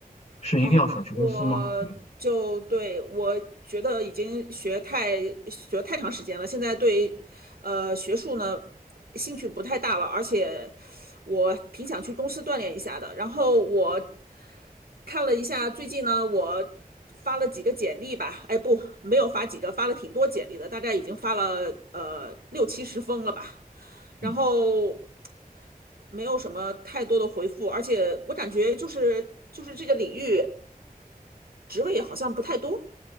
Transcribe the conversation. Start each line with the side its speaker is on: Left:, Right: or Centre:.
Left: 是一定要想去公司吗？
Right: 哦，我就对我觉得已经学太学太长时间了，
Left: 嗯
Right: 现在对呃学术呢兴趣不太大了，而且我挺想去公司锻炼一下的。然后我看了一下，最近呢我发了几个简历吧，哎不，没有发几个，发了挺多简历的，大概已经发了呃六七十封了吧。
Left: 嗯。
Right: 然后没有什么太多的回复，而且我感觉就是就是这个领域职位好像不太多